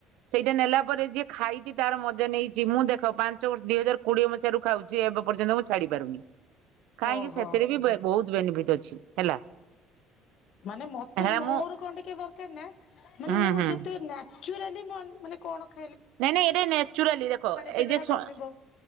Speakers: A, on the right (about 80°); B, on the left (about 60°).
A: ସେଇଟା ନେଲା ପରେ ଯିଏ। ଖାଇଛି ତାର ମଜା ନେଇଛି ମୁଁ ଦେଖ ପାଞ୍ଚ ବର୍ଷ ଦିଇ ହଜାର କୋଡିଏ ମସିହାରୁ ଖାଉଛି ଏବେ ପର୍ଯ୍ୟନ୍ତ ମୁଁ ଛାଡି ପାରୁନି। କାହିଁକି
B: ଓହୋଃ,
A: ସେଥିରେ ବି ବହୁତ ବେନିଫିଟ ଅଛି ହେଲା
B: ମାନେ ମତେ
A: ହେଲା
B: ମୋର
A: ମୁଁ
B: କଣ ଟିକେ ଦରକାର ନା ମାନେ
A: ହୁଁ
B: ମୁଁ
A: ହୁଁ
B: ଯେତେ ନ୍ୟା ଚୁରାଲି ମନ୍ ମାନେ କଣ ଖା
A: ନାଇଁ ନାଇଁ ଏଇଟା ନ୍ୟାଚୁରାଲି ଦେଖ
B: ପେଟ
A: ଏଇ ଯେ‌
B: ଟା
A: ଶୁଣ‌
B: କମିବ